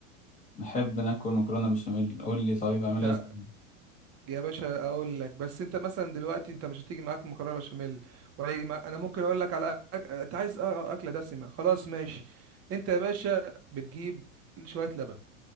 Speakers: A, on the left (about 15°); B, on the right (about 35°).
A: نحب ناكل مكرونه بشاميل قول لي طيب اعملها
B: انت
A: ازاي
B: يا باشا اقول لك بس انت مثلا دلوقتي انت مش هتيجي معاك مكرونه بشاميل ولا يجي معاك انا ممكن اقول لك على أك... انت عايز اه آه، اكله دسمه خلاص ماشي انت يا باشا بتجيب شويه لبن